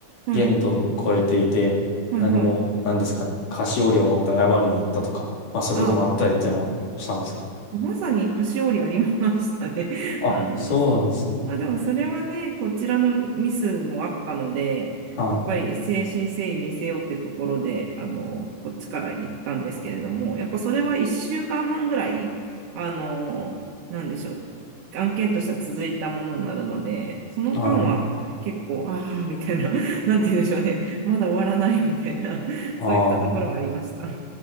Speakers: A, on the right; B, on the left.
A: うん。
B: 限度を超えていて、
A: はい。はいはい。
B: なんかもう、なんですかね、菓子折りを持って謝りに行ったとか、まあそういうこともあったりっていうのはしたんですか
A: ああ、まさに菓子折りありましたね。<laughs>
B: あ、
A: あの、
B: そうなんですね。
A: まあでもそれはね、こちらのミスもあったので、
B: はい。
A: やっぱり誠心誠意見せようってところで、あの、こっちから行ったんですけれども、やっぱそれは1週間半ぐらい、あの、なんでしょう、案件としては続いたものになるので、その間は結構、
B: はい。
A: ああ、みたいな、<laughs> なんて言うんでしょうね、まだ終わらないみたいな、<laughs>
B: あ
A: そういったところはありました。